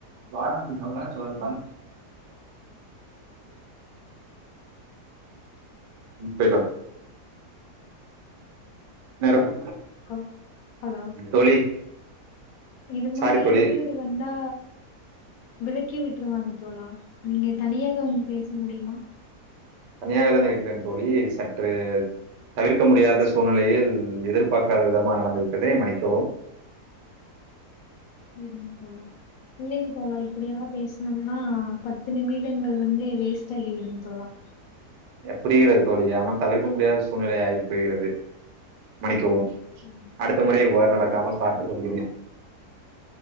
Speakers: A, on the right (about 85°); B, on the left (about 70°).
A: <unintelligible> ஹான் போய்டுவா நேரம்
B: ஹ ஹலோ
A: தோழி
B: இது மாரி
A: சாரி தோழி
B: இடையூறு வந்தா விரத் ளக்கி விட்ருவாங்க தோழா நீங்க தனியாக வந்து பேச முடியுமா
A: நா அதா நனைக்றேன் தோழி சற்று தவிர்க்க முடியாத சூழ்நிலையில் எதிர்பார்க்காத விதமாக நடந்துவிட்டது மன்னிக்கவும்
B: விடுங்க தோழா இல்லைங்க தோழா இப்டியெல்லா பேசனோம்னா பத்து நிமிடங்கள் வந்து வேஸ்ட் ஆகி விடும் தோழா
A: எப் புரிகிறது தோழி ஆனால் தவிர்க்க முடியாத சு சூழ்நிலை ஆகி போகிறது மன்னிக்கவும்
B: ம்.
A: அடுத்த முறை இவ்வாறு
B: ம்
A: நடக்காமல்
B: தோழா.
A: பார்த்து கொள்கிறேன்